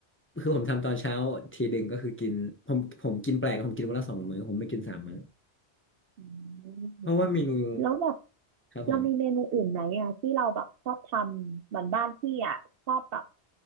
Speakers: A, on the left; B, on the right.
A: คือผมทำตอนเช้าทีหนึ่งก็คือกินผมผมกินแปลกผมกินวันละสองมื้อผมไม่กินสามมื้อ
B: อืม
A: เพราะว่าเมนู
B: แล้วแบบ
A: ครับผม
B: เรามีเมนูอื่นไหมอ่ะที่เราแบบชอบทำเหมือนบ้านพี่อ่ะชอบแบบ